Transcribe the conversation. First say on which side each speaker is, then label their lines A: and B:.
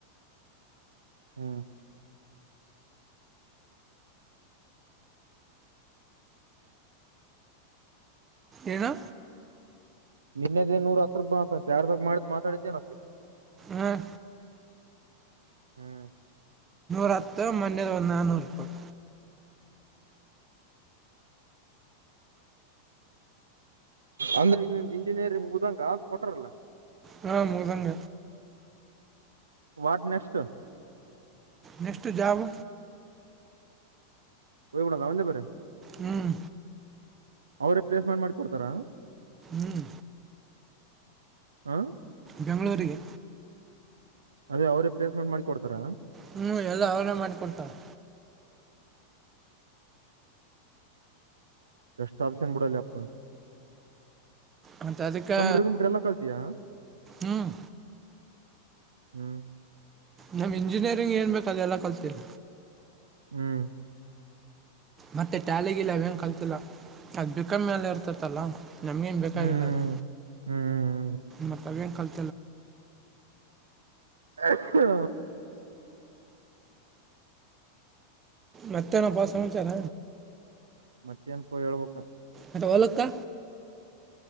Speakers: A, on the right (about 75°); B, on the right (about 20°).
A: ಹ್ಮ್
B: ಏನು
A: ನಿನ್ನೆದೇ ನೂರ ಹತ್ರ ಬ ಯಾರದಾಗ ಮಾಡತ್ ಮಾತಾಡಿದೇನಪ್ಪ
B: ಹಾಂ
A: ಹ್ಮ್
B: ರಥ ಮೊನ್ನೆ ಒಂದ್ ನಾನುರೂಪಾಯ್
A: ಅಂದ್ರೆ ಇಗ್ ನಿಂದ್ ಇಂಜಿನಿಯರಿಂಗ್ ಮುಗ್ಧಗ ಕೊಟಾರಲ್ಲ
B: ಹಾ ಮೌದಂಗ
A: ವಾಟ್ ನೆಕ್ಸ್ಟ್
B: ನೆಕ್ಸ್ಟ್ ಜಾಬ್
A: ಹೊಗ್ಬಡದ ಎಂದ ಪೇರೀ
B: ಹ್ಮ್
A: ಅವ್ರೆ ಪ್ಲೇಸ್ಮೆಂಟ್ ಮಾಡಿ ಕೊಡ್ತಾರಾ
B: ಹ್ಮ್
A: ಹ್ಮ
B: ಬೆಂಗಳೂರಿಗೆ
A: ಅದೇ ಅವ್ರೀ ಪ್ಲೇಸ್ಮೆಂಟ್ ಮಾಡಿ ಕೊಡ್ತಾರ
B: ಹ್ಮ್ ಎಲ್ಲ ಅವನ್ನ ಮಾಡಕೊತಾರೆ
A: ರಷ್ಟಾಫಷನ್ಬೂಡಲ್ಲ ಅಪ್ಪ
B: ಮತ್ತೆ ಅದಕ್ಕೆ
A: ಕಂಪ್ಯೂಟರ್ ಗಿಂಪ್ಯೂಟರ್ ಎಲ್ಲ ಕಲ್ತಿಯಾ
B: ಹ್ಮ್
A: ಹ್ಮ್.
B: ನಮ್ ಇಂಜಿನಿಯರಿಂಗ್ ಏನ್ಬೇಕ ಅದೆ ಎಲ್ಲಾ ಕಲ್ತಿಲ್ಲ.
A: ಹ್ಮ್.
B: ಮತ್ತೆ ಟ್ಯಾಲಿ ಗಿಲಿ ಅವೇನು ಕಲ್ತಿಲ್ಲ ಅದ ಬಿ ಕಾಮ್ ಮ್ಯಾಲ ಇರ್ತಿತಲ್ಲ. ನಮ್ಗೇನ್ ಬೇಕಾಗಿಲ್ಲ
A: ಹ್ಮ್
B: ಅದು
A: ಹ್ಮ್ ಹ್ಮ್
B: ಮತ್ತ ಅವೆನ ಕಲ್
A: ಹಾ.
B: ಮತ್ತೆ ನಪ್ಪ ಸಮಚಾರ.
A: ಮತ್ತೆೇನ್ ಪ ಹೇಳ್ಬೇಕ.
B: ಮತ್ತೆ ಹಲ್ಕಾ.